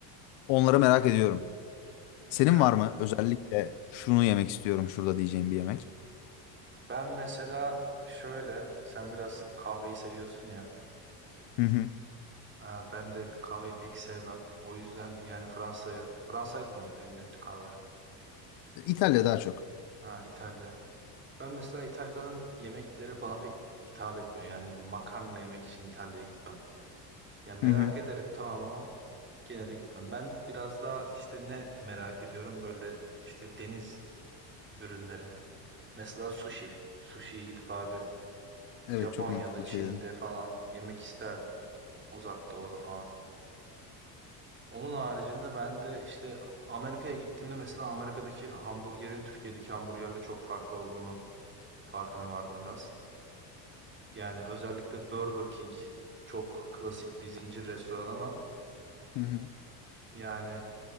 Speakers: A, on the left; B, on the right.
A: Onları merak ediyorum. Senin
B: Evet
A: var mı özellikle şunu yemek istiyorum şurada diyeceğim bir yemek?
B: Ben mesela şöyle, sen biraz kahveyi seviyorsun ya.
A: Hı hı.
B: Aa, Ben de kahveyi pek sevmem. O yüzden yani Fransa'ya, Fransa'ydı mı ünlüydü kahve?
A: İtalya daha çok.
B: Ha İtalya. Ben mesela İtalya'nın yemekleri bana pek hitap etmiyor. Yani bir makarna yemek için İtalya'ya gitmem. Ya merak
A: Hı hı.
B: ederim tamam ama gene de gitmem. Ben biraz daha işte ne merak ediyorum böyle işte deniz ürünleri. Mesela sushi. Sushi'ye gidip abi
A: Evet
B: Japonya'da,
A: çok mantıklı
B: Çin'de
A: bir şey dedin.
B: falan yemek isterdim. Uzak Doğu'da falan. Onun haricinde ben de işte Amerika'ya gittiğimde mesela Amerika'daki hamburgerin Türkiye'deki hamburgerle çok farklı olduğunu farkına vardım biraz. Yani özellikle Burger King çok klasik bir zincir restoran ama
A: Hı hı.
B: yani